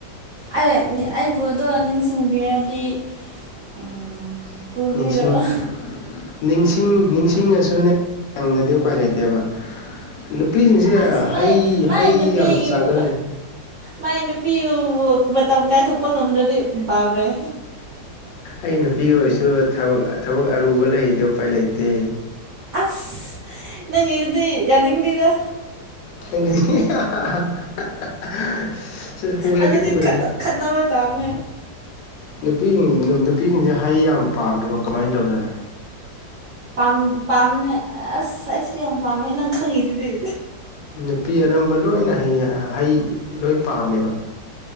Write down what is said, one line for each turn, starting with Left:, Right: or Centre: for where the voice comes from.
Right: ꯑꯩ ꯑꯩꯕꯨꯗꯣ ꯅꯤꯡꯁꯤꯡꯕꯤꯔꯗꯤ ꯎꯝ ꯄꯨꯕꯤꯔꯛꯑꯣ
Left: ꯅꯤꯡꯁꯤꯡ ꯅꯤꯡꯁꯤꯡ ꯅꯤꯡꯁꯤꯡꯉꯁꯨꯅꯦ <unintelligible> ꯗꯤ ꯎꯄꯥꯏ ꯂꯩꯇꯦꯕ ꯅꯨꯄꯤꯁꯤꯡꯁꯦ
Right: ꯑꯁ ꯃꯥꯏ
Left: ꯍꯩ
Right: ꯃꯥꯏ
Left: ꯍꯩ
Right: ꯅꯨꯄꯤꯒꯤꯕꯨ
Left: ꯌꯥꯝ ꯆꯥꯒꯜꯂꯤ
Right: ꯃꯥꯏ ꯅꯨꯄꯤꯕꯨ ꯃꯇꯝ ꯀꯥꯏꯊꯣꯛꯄ ꯉꯝꯗ꯭ꯔꯗꯤ ꯕꯥꯕ꯭ꯔꯦ
Left: ꯑꯩ ꯅꯨꯄꯤ ꯑꯣꯏꯔꯁꯨ ꯊꯕꯛ ꯊꯕꯛ ꯑꯔꯨꯕ ꯂꯩꯗꯤ ꯎꯄꯥꯏ ꯂꯩꯇꯦ
Right: ꯑꯁ ꯅꯪꯒꯤꯗꯨꯗꯤ ꯌꯥꯅꯤꯡꯗꯦꯗ
Left: <unintelligible> ꯁ‌ꯦ ꯄꯨꯕꯤꯔꯛꯀ‌ꯦ
Right: ꯑꯗꯨꯗꯤ
Left: ꯄꯨꯕꯤꯔꯛꯀ‌ꯦ
Right: ꯈꯠꯅ ꯈꯠꯅꯕ ꯇꯥꯕꯅꯦ
Left: ꯅꯨꯄꯤꯁꯤꯡ ꯅꯨ ꯅꯨꯄꯤꯁꯤꯡꯁꯦ ꯍꯩ ꯌꯥꯝ ꯄꯥꯝꯃ‌ꯦꯀꯣ ꯀꯃꯥꯏꯅ ꯇꯧꯖꯥꯠꯅꯣ
Right: ꯄꯥꯝ ꯄꯥꯝꯕꯅ‌ꯦ ꯑꯁ ꯑꯩ ꯁꯨ ꯌꯥꯝ ꯄꯥꯝꯃꯦ ꯅꯪ ꯈꯪꯉꯤꯗꯨꯗꯤ
Left: ꯅꯨꯄꯤ ꯑꯅꯝꯕ ꯂꯣꯏꯅ ꯍꯩ ꯍꯩ ꯂꯣꯏ ꯄꯥꯝꯃꯦꯕ